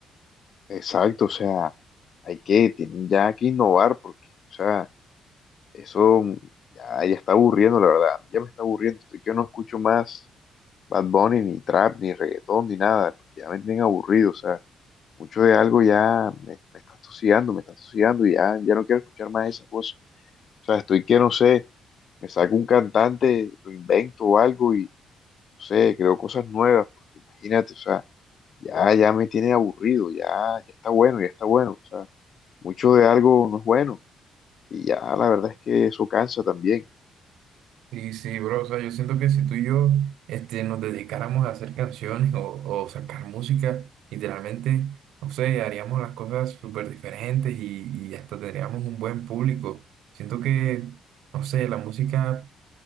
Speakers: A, on the left; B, on the right.
A: Exacto, o sea, hay que, tienen ya que innovar porque, o sea, eso ya, ya está aburriendo, la verdad, ya me está aburriendo, estoy que no escucho más Bad Bunny, ni trap, ni reggaetón, ni nada, porque ya me tienen aburrido, o sea, mucho de algo ya me, me está asociando, me está asociando y ya, ya no quiero escuchar más esas cosas, o sea, estoy que, no sé, me saco un cantante, lo invento o algo y, no sé, creo cosas nuevas, porque imagínate, o sea, ya, ya me tiene aburrido, ya, ya está bueno, ya está bueno, o sea. mucho de algo no es bueno. Y ya la verdad es que eso cansa también.
B: Sí, sí, bro, o sea, yo siento que si tú y yo este, nos dedicáramos a hacer canciones o, o sacar música, literalmente, no sé, haríamos las cosas súper diferentes y, y hasta tendríamos un buen público. Siento que, no sé, la música,